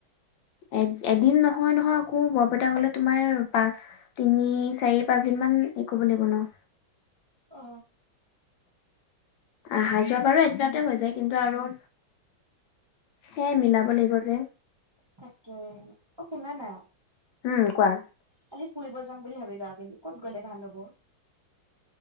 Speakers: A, on the left; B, on the right.
A: এ এদিন নহয় নহয় আকৌ বৰপেটা গলে তোমাৰ পাঁচ তিনি চাৰি পাঁচ দিন মান হেৰি কৰিব লাগিব ন <unintelligible>
B: অ
A: আহা-যোৱা বাৰু এদিনতে হৈ যায় কিন্তু আৰু সেই
B: উম
A: মিলাব লাগিব যে
B: তাকে, অ শুনা না
A: উম কোৱা!
B: আজি ফুৰিব যাম বুলি ভাবিলো আবেলি ক'ত গ'লে ভাল হ'ব?